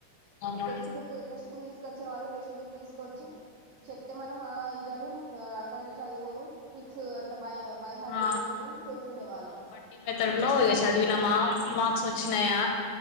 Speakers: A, on the left; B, on the right.
A: అవును
B: టెస్ట్ బుక్ టెస్ట్ బుక్ తీసు వచ్చే వాళ్ళు టెక్స్ట్ బుక్ తీసుకొచ్చి చెప్తే మనం ఆ ఇదని అక్కడనే చదువుకొని ఫిక్స్ అట్లా బై బై హార్ట్
A: ఆ
B: చేసుకొని చేసుకునే వాళ్ళం
A: బట్టి మె తర్లో చదివినమ మార్క్స్ వచ్చినయా